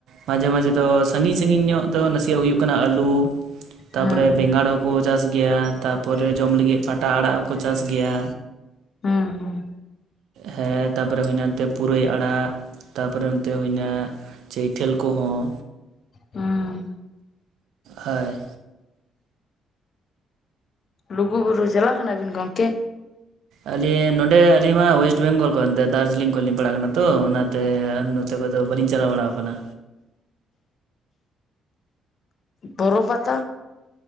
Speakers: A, on the right (about 75°); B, on the left (about 50°).
A: ᱢᱟᱡᱷᱮ ᱢᱟᱡᱷᱮ ᱫᱚ ᱥᱟᱺᱜᱤᱧ ᱥᱟᱺᱜᱤ ᱧᱚᱜ ᱫᱚ ᱱᱟᱥᱮᱭᱟᱜ ᱦᱩᱭᱩᱜ ᱠᱟᱱᱟ ᱟᱞᱩ ᱛᱟᱯᱚᱨᱮ
B: ᱦᱩᱸ
A: ᱵᱮᱸᱜᱟᱲ ᱦᱚᱸᱠᱚ ᱪᱟᱥ ᱜᱮᱭᱟ᱾ ᱛᱟᱯᱚᱨᱮ ᱡᱚᱢ ᱞᱟᱹᱜᱤᱫ ᱯᱟᱴᱟ ᱟᱲᱟᱜ ᱦᱚᱸᱠᱚ ᱪᱟᱥ ᱜᱮᱭᱟ᱾
B: ᱦᱚᱸ ᱦᱚᱸ
A: ᱦᱮᱸ ᱛᱟᱨᱯᱚᱨᱮ ᱦᱩᱭᱱᱟ ᱮᱱᱛᱮ ᱯᱩᱨᱟᱹᱭ ᱟᱲᱟᱜ, ᱛᱟᱯᱚᱨᱮ ᱚᱱᱛᱮ ᱦᱩᱭᱱᱟ ᱪᱟᱹᱭᱴᱷᱮᱞ ᱠᱚᱦᱚᱸ,
B: ᱦᱚᱸᱻ
A: ᱦᱳᱭ
B: ᱞᱩᱜᱩᱵᱩᱨᱩ ᱪᱟᱞᱟᱣ ᱠᱟᱱᱟᱵᱤᱱ ᱜᱚᱝᱠᱮ?
A: ᱟᱞᱤᱧ ᱱᱚᱸᱰᱮ ᱟᱹᱞᱤᱧᱢᱟ ᱚᱭᱮᱥᱴ ᱵᱮᱝᱜᱚᱞ ᱠᱷᱚᱱ ᱫᱟ ᱫᱟᱨᱡᱤᱞᱤᱝ ᱠᱷᱚᱱᱞᱤᱧ ᱯᱟᱲᱟᱜ ᱠᱟᱱᱟ ᱛᱚ ᱚᱱᱟᱛᱮ ᱛᱚᱵᱮ ᱫᱚ ᱵᱟᱹᱞᱤᱧ ᱪᱟᱞᱟᱣ ᱵᱟᱲᱟ ᱟᱠᱟᱱᱟ᱾
B: ᱵᱚᱨᱚ ᱯᱟᱛᱟ?